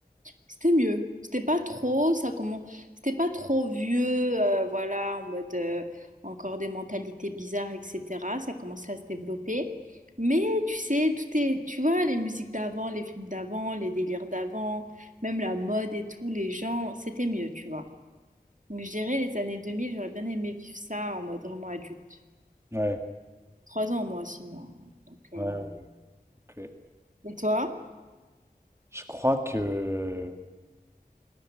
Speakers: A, on the right (about 50°); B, on the right (about 15°).
A: C'était mieux. C'était pas trop, ça comment... C'était pas trop vieux, euh, voilà, en mode euh, encore des mentalités bizarres, etc. Ça commençait à se développer. Mais tu sais, tout est, tu vois, les musiques d'avant, les films d'avant, les délires d'avant, même la mode et tout, les gens, c'était mieux, tu vois. Donc je dirais les années 2000, j'aurais bien aimé vivre ça en mode vraiment adulte.
B: Ouais,
A: Trois ans moi sinon. hein. Donc euh,
B: ouais, ouais, ok.
A: et toi?
B: Je crois que, euh,